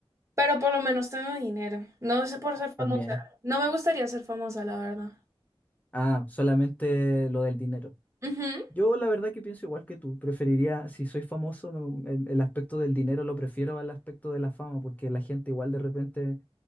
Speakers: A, on the right; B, on the left.
A: pero por lo menos tengo dinero. No sé por
B: Ah,
A: ser famosa.
B: También.
A: No me gustaría ser famosa, la verdad.
B: Ah, solamente lo del dinero.
A: Ujú.
B: Yo la verdad que pienso igual que tú, preferiría, si soy famoso, me- el, el aspecto del dinero lo prefiero al aspecto de la fama, porque la gente igual de repente,